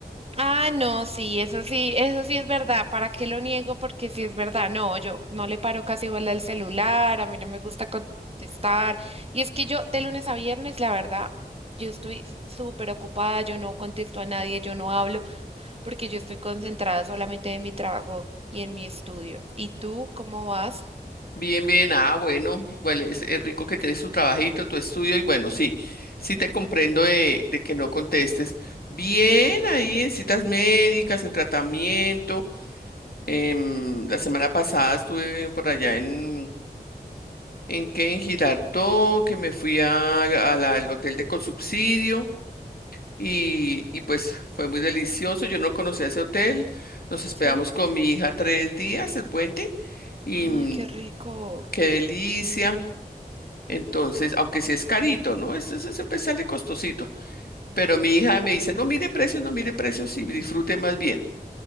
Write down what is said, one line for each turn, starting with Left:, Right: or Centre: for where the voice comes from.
Right: Ah, no, sí, eso sí, eso sí es verdad. ¿Para qué lo niego? Porque sí es verdad. No, yo no le paro casi bola al celular, a mí no me gusta contestar. Y es que yo de lunes a viernes, la verdad, yo estoy súper ocupada, yo no contesto a nadie, yo no hablo, porque yo estoy concentrada solamente en mi trabajo y en mi estudio. ¿Y tú cómo vas?
Left: Bien, bien, ah, bueno, igual es, es rico que tienes tu trabajito, tu estudio, y bueno, sí, sí te comprendo de, de que no contestes. Bien, ahí en citas médicas, en tratamiento. em, la semana pasada estuve por allá en, ¿en qué? En Girardot, que me fui a, a la- al hotel de consubsidio y, y pues fue muy delicioso. Yo no conocía ese hotel, nos esperamos
Right: Sí.
Left: con mi hija tres días, el puente, y
Right: Ay,
Left: mm,
Right: qué rico.
Left: qué delicia. Entonces, aunque sí es carito, ¿no? Este es, siempre sale costosito. Pero mi hija me dice, no mire precios, no mire precios y disfrute más bien.